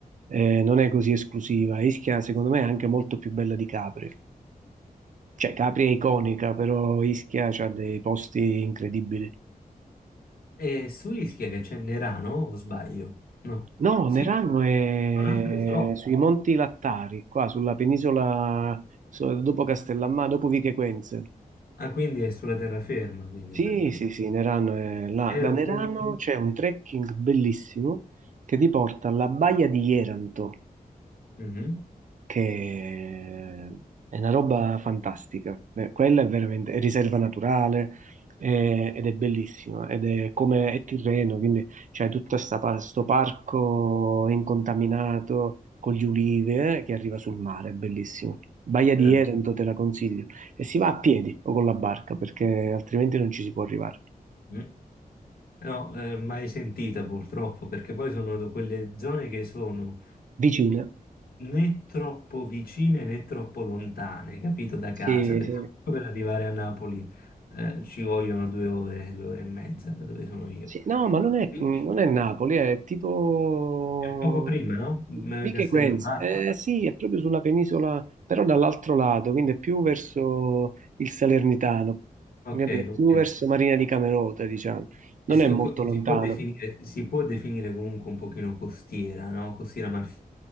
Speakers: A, on the right; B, on the left.
A: eh, non è così esclusiva. Ischia, secondo me, è anche molto più bella di Capri. Cioè, Capri è iconica, però Ischia ha dei posti incredibili.
B: E su Ischia che c'è Nerano, o sbaglio? No.
A: No,
B: Sì,
A: Nerano è
B: tra l'altro è isolotto.
A: sui Monti Lattari, qua sulla penisola, so- dopo Castellammare, dopo Vichequenze.
B: Ah, quindi è sulla terraferma, quindi
A: Sì,
B: praticamente.
A: sì, sì, Nerano è là.
B: Ero
A: Da Nerano
B: qui...
A: c'è un trekking bellissimo che ti porta alla baia di Jeranto.
B: Mhm.
A: che è una roba fantastica. Eh, Quella è veramente è riserva naturale eh, ed è bellissima ed è come è Tirreno, quindi c'è tutto questo parco incontaminato con gli ulivi eh, che arriva sul mare, è bellissimo. Baia di
B: E vabbè.
A: Erento te la consiglio e si va a piedi o con la barca perché altrimenti non ci si può arrivare.
B: Mm. No, eh, mai sentita purtroppo, perché poi sono da quelle zone che sono
A: Vicina.
B: né troppo vicine né troppo lontane, capito, da
A: Sì,
B: casa, perché
A: sì.
B: per arrivare a Napoli eh, ci vogliono due ore, due ore e mezza da dove sono io.
A: Sì, no, ma non è,
B: Quindi
A: non è Napoli, è tipo
B: è poco prima, no? Mm,
A: Vico
B: Castellammare.
A: Equense. Eh, sì, è proprio sulla penisola, però dall'altro lato, quindi è più verso il Salernitano,
B: Ok,
A: capi? È
B: ok.
A: più verso Marina di Camerota, diciamo. Non
B: E se-
A: è molto
B: co-
A: lontano.
B: si può definire, si può definire comunque un pochino costiera, no? Costiera malfitana,